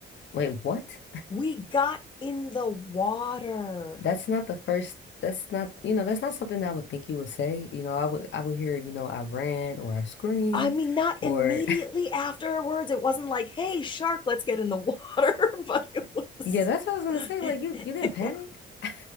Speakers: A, on the left; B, on the left.
A: Wait, what?
B: we got in the water.
A: That's not the first, that's not, you know, that's not something I would think you would say. You know, I would I would hear, you know, I ran or I screamed
B: I mean, not
A: or
B: immediately afterwards. It wasn't like, hey, shark, let's get in the water, <laughs> but it was.
A: <laughs> yeah, that's what I was gonna say.
B: It
A: Like you you didn't panic?
B: was
A: <laughs>